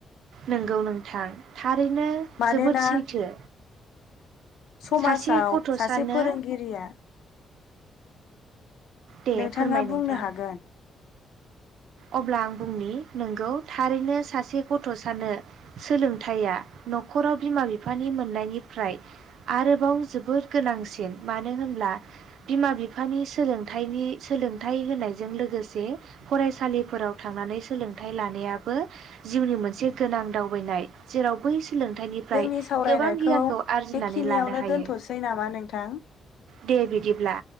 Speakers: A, on the right; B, on the left.
A: नंगौ नोंथां थारैनो
B: मानोना
A: जोबोद सैथो।
B: समाजाव
A: सासे गथ'सानो
B: सासे फोरोंगिरिया।
A: दे
B: नोंथाङा
A: फोरमाय
B: बुंनो
A: नोंथां
B: हागोन?
A: अब्ला आं बुंनि नोंगौ थारैनो सासे गथ' सानो सोलोंथाइया न'खराव बिमा बिफानि मोननायनिफ्राय आरोबाव जोबोद गोनांसिन मानो होनब्ला बिमा बिफानि सोलोंथाइनि सोलोंथाइ होनायजों लोगोसे फरायसा सालिफोराव थांनानै सोलोंथाइ लानायाबो जिउनि मोनसे गोनां दावबायनाय जेराव बै सोलोंथाइनिफ्राय
B: जोंनि सावरायनायखौ
A: गोबां गियानखौ आरजिनानै
B: बेखिनियावनो
A: लानो हायो
B: दोन्थ'सै नामा नोंथां?
A: दे बिदिब्ला